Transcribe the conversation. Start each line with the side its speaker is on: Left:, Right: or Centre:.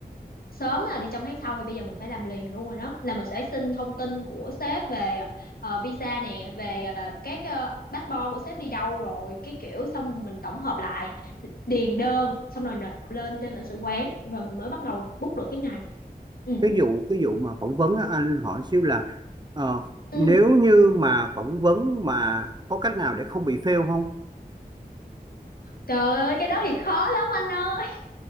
Left: sớm là đi trong tháng sau thì bây giờ mình phải làm liền luôn rồi đó là mình sẽ xin thông tin của sếp về ờ, visa nè về ờ, các uh, passport của sếp đi đâu rồi cái kiểu xong mình tổng hợp lại điền đơn xong rồi nộp lên trên lãnh sự quán rồi mình mới bắt đầu book được cái ngày ừ
Right: Cái vụ cái vụ mà phỏng vấn á, anh hỏi xíu là ờ,
Left: ừ
Right: nếu như mà phỏng vấn mà có cách nào để không bị fail không?
Left: trời ơi cái đó thì khó lắm anh ơi